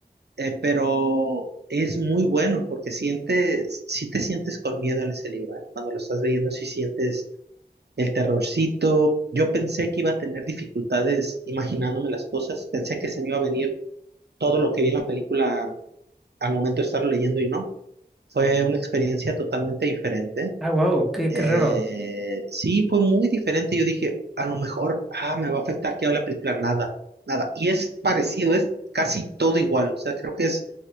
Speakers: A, on the right; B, in the centre.
A: eh, pero es muy bueno porque sientes, si te sientes con miedo en ese libro, ¿eh? Cuando lo estás leyendo, si sientes el terrorcito. Yo pensé que iba a tener dificultades imaginándome las cosas, pensé que se me iba a venir todo lo que vi en la película al momento de estarlo leyendo y no. Fue una experiencia totalmente diferente.
B: Ah, wow, qué,
A: Eh,
B: qué raro.
A: sí, fue muy diferente. Yo dije, a lo mejor, ah, me va a afectar que hable la película, nada, nada. Y es parecido, es casi todo igual. O sea, creo que es